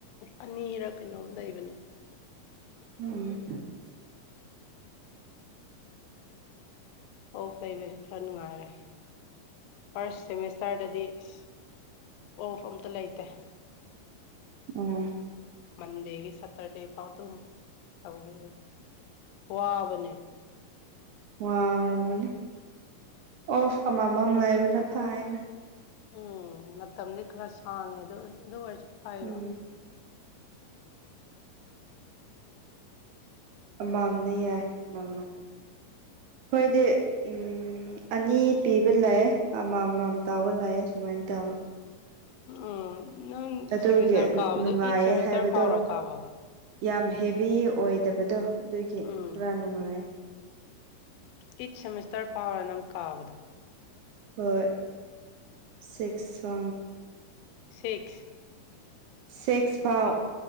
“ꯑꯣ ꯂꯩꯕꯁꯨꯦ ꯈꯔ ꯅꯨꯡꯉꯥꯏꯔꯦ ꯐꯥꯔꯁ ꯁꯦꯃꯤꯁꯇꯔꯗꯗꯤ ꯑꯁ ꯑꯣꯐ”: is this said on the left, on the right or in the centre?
Left